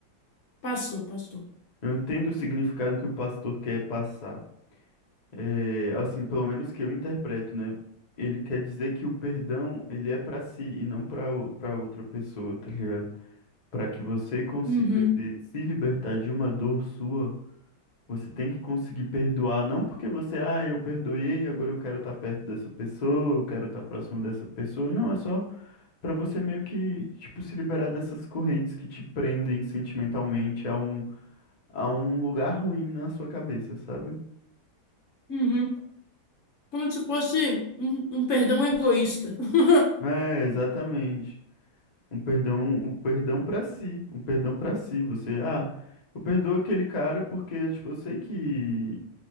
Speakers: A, on the left; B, on the left.
A: Pastor, pastor.
B: Eu entendo o significado que o pastor quer passar. É, assim, pelo menos que eu interpreto, né? Ele quer dizer que o perdão, ele é pra si e não para para outra pessoa, tá ligado? Para que você consiga
A: Uhum.
B: se, se libertar de uma dor sua, você tem que conseguir perdoar, não porque você, ah, eu perdoei, agora eu quero estar perto dessa pessoa, eu quero estar próximo dessa pessoa. Não, é só para você meio que, tipo, se liberar dessas correntes que te prendem sentimentalmente a um, a um lugar ruim na sua cabeça, sabe?
A: Uhum. Como se fosse um, um perdão egoísta. <laughs>
B: É, exatamente. Um perdão, um perdão para si, um perdão para si. Você, ah, eu perdoo aquele cara porque, tipo, eu sei que